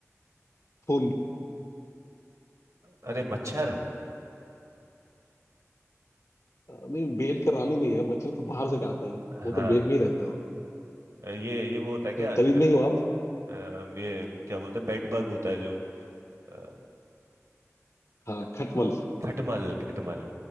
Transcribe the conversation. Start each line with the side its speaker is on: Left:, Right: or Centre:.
Left: खून
Right: अरे मच्छर
Left: अ, नहीं बेड का रानी नहीं है मच्छर तो बाहर से खाता है वो
Right: हाँ
Left: तो बेड में ही रहता है वो
Right: ये ये वो होता है क्या
Left: तो करीब
Right: क्या
Left: में ही हो आप
Right: अम, ये क्या बोलते हैं बेड बग होता है जो अ,
Left: हाँ खटमल
Right: खटमल खटमल